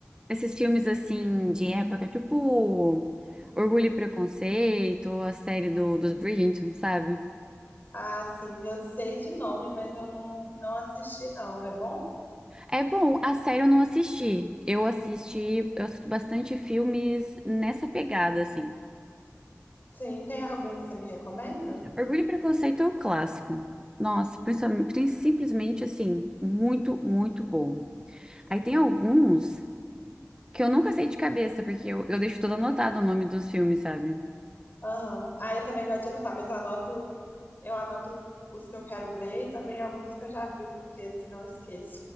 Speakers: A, on the right (about 15°); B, on the left (about 40°).
A: esses filmes assim de época, tipo Orgulho e Preconceito, ou a série do, dos Bridgerton, sabe?
B: Ah, sim, eu sei de nome, mas eu não, não assisti, não. É bom?
A: É bom, a série eu não assisti. Eu assisti, eu assisto bastante filmes nessa pegada, assim.
B: Sim, tem algum que você me recomenda?
A: Orgulho e Preconceito é o clássico. Nossa,
B: Hum,
A: principalmente- prin- simplesmente assim, muito, muito bom. Aí tem alguns que eu nunca sei de cabeça, porque eu, eu deixo todo anotado o nome dos filmes, sabe?
B: Aham. Ah, eu também gosto de anotar, mas eu anoto, eu anoto os os que eu quero ver e também alguns que eu já vi, porque senão eu esqueço.